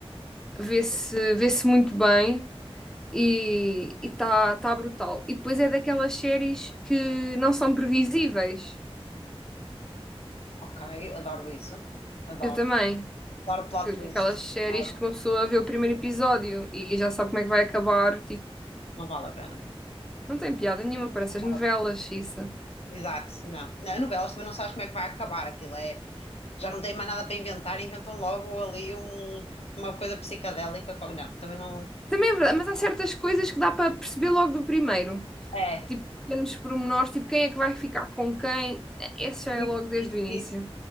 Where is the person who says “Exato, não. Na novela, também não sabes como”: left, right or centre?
Left